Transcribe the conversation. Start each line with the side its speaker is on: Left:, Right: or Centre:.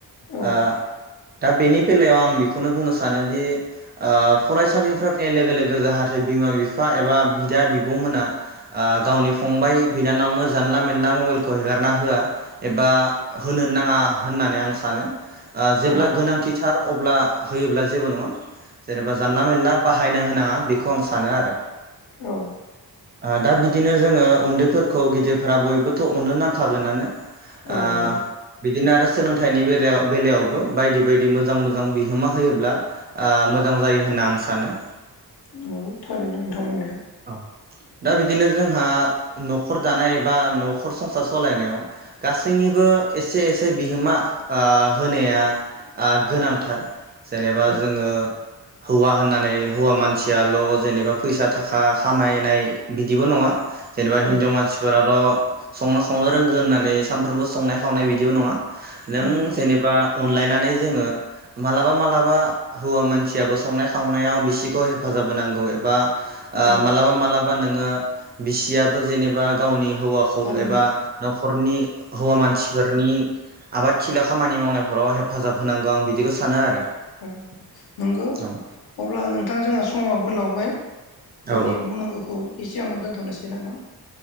Left: औ
Right: ओ दा बेनि बेलायाव आं बेखौनो बुंनो सानोदि ओ फरायसालिनिफ्राय फैनाय लोगो लोगो जाहाथे बिमा बिफा एबा बिदा बिब'मोना ओ गावनि फंबाय बिनानावनो जानला मेनला मबाइलखौ हेगारना होआ एबा होनो ना <unintelligible> होननानै आं सानो। ओ जेब्ला
Left: औ
Right: गोनांथिथार अब्ला होयोब्ला जेबो नङा। जेनोबा जानला मेनला बाहायनो होनाङा बेखौ आं सानो आरो।
Left: औ।
Right: ओ दा बिदिनो जोङो उन्दैफोरखौ गिदिरफोरा बयबोथ' अनो नांखागोनानो। ओ
Left: औ नंगौ
Right: बिदिनो आरो सोलोंथाइनि बेरायाव बेलायावबो बायदि बायदि मोजां मोजां बिहोमा होयोब्ला ओ मोजां जायो होनना आं सानो।
Left: नंगौ थारैनो नोंथां बुंनाया।
Right: औ दा बिदिनो जोंहा न'खर दानाय एबा न'खर संसार सलायनायाव गासैनिबो एसे एसे बिहोमा ओ होनाया ओ गोनांथार। जेनेबा
Left: औ
Right: जोङो हौवा होननानै हौवा मानसियाल' जेनेबा फैसा थाख खा खामायनाय बिदिबो नङा। जेनबा
Left: औ
Right: हिनजाव मानसिफोराल' संनो खावनो रोंगो होननानै सानफ्रोमबो संनाय खावनाय बिदिबो नङा।
Left: औ
Right: नों जेनेबा अनलायनानै जोङो मालाबा मालाबा हौवा मानसियाबो संनाय खावनायाव बिसिखौ हेफाजाब होनांगौ एबा ओ
Left: औ
Right: मालाबा मालाब बा नोङो बिसियाबो जेनेबा गावनि हौवाखौ
Left: थारैनो
Right: एबा न'खरनि हौवा मानसिफोरनि आबादथिलियाव खामानि मावनायफोराव हेफाजाब होनांगौ आं बिदिखौ सानो आरो।
Left: औ नंगौ
Right: औ
Left: अब्ला नोंथां जोंहा समाबो लावबाय। जोंनि
Right: औ
Left: बुंनांगौखौ एस सिगांनो दोन्थ'नोसै नामा?